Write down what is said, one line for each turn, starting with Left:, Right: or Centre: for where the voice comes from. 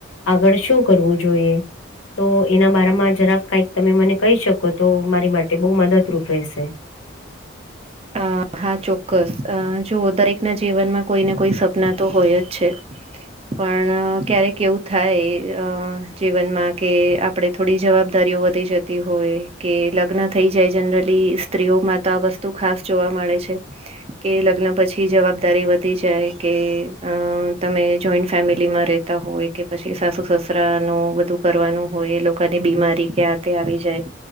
Left: આગળ શું કરવું જોઈએ. તો એના બારામાં જરાક કઈક તમે મને કહી શકો તો મારી માટે બહુ મદદરૂપ રહેશે.
Right: અ હા ચોક્કસ અ જોઓ દરેક ના જીવનમાં કોઈને કોઈ સપના તો હોય જ છે. પણ ક્યારેક એવું થાય અ જીવનમાં કે આપે થોડી જવાબદારીઓ વધી જતી હોય કે લગ્ન થઈ જાય જનરલી સ્ત્રીઓમાંતા વસ્ તું ખાસ જોવા મળે છે કે લગ્ન પછી જવાબદારી વધી જાય કે અ તમે જોઈન્ટ ફેમિલી માં રે રેતા હોય કે પછી સાસુ સસરા નું બધું કરવાનું હોય એ લોકોની બીમારી કે્યાં તે આવી જાય.